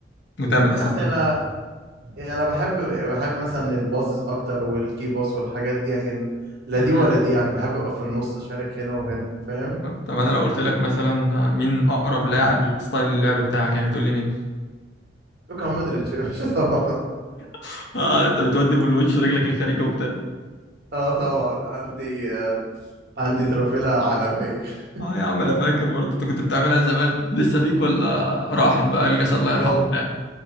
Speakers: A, on the left (about 65°); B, on the right (about 55°).
A: وتعمل
B: يعني
A: اسيستات
B: انا يعني انا بحب بحب مثلا الباصز اكتر والكي باص والحاجات دي لكن لا
A: امم.
B: دي ولا دي يعني بحب ابقى في النص اشارك هنا وهنا فاهم
A: طب انا لو قلت لك مثلا مين اقرب
B: اه
A: لاعب لستايل اللعب بتاعك يعني تقول لي مين
B: لوكا مودريتش يا باشا <laughs> طبعا
A: <laughs> اه انت بتودي بالوش رجلك الخارجي وبتاع
B: اه طبعا عندي آه عندي ترافيلا عالمية <laughs>
A: اه يا عم انا فاكر برضه انت كنت بتعملها زمان لسه فيك ولا راحت بقى الجسد الله يرحمه
B: وال...
A: بتاع